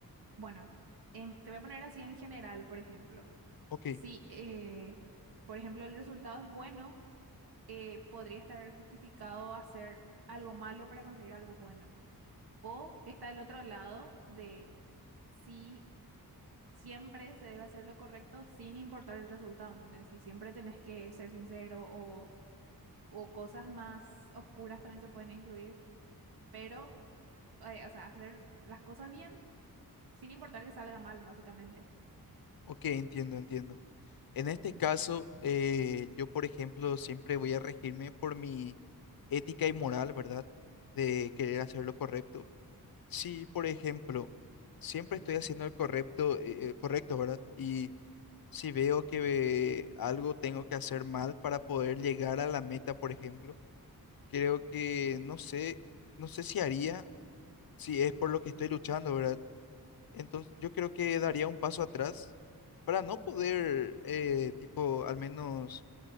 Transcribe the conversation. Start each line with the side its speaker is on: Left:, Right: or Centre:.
Right: Bueno, en- te voy a poner así en general, por ejemplo.
Left: Ok.
Right: Si, eh, por ejemplo, el resultado es bueno, eh, podría estar justificado hacer algo malo para conseguir algo bueno. O está el otro lado de si siempre se debe hacer lo correcto sin importar el resultado, ¿entendés? Si siempre tenés que ser sincero o, o cosas más oscuras también se pueden incluir, pero, eh, o sea, hacer las cosas bien sin importar que salga mal, básicamente.
Left: Ok, entiendo, entiendo. En este caso, eh, yo, por ejemplo, siempre voy a regirme por mi ética y moral, ¿verdad? De querer hacer lo correcto. Si, por ejemplo, siempre estoy haciendo el correcto, eh, eh, correcto, ¿verdad? Y si veo que algo tengo que hacer mal para poder llegar a la meta, por ejemplo, creo que no sé, no sé si haría, si es por lo que estoy luchando, ¿verdad? Entonces, yo creo que daría un paso atrás para no poder, eh, tipo, al menos